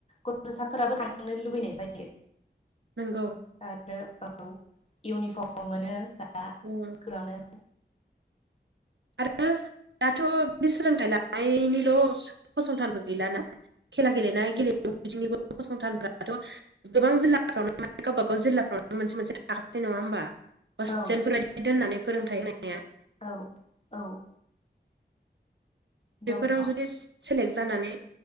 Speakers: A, on the left; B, on the right.
A: गथ'साफोराबो थांनो लुबैनाय जायो।
B: नोंगौ
A: <unintelligible>
B: उम
A: कुलावनो।
B: आरो दाथ' बिदि सोलोंथाइ लानायनिल' फसंथानबो गैलाना। खेला गेलेनाय गेलेमु बिदिनिबो फसंथानफ्राथ' गोबां जिल्लाफ्रावनो माने गावबा गाव जिल्लाफ्रावनो मोनसे मोनसे थाखासै नङा होमबा? हस्टेलफोर
A: औ
B: बादि दोननानै फोरोंथायाइ होनाया।
A: औ औ दं
B: बेफोराव जुदि सेलेक्ट जानानै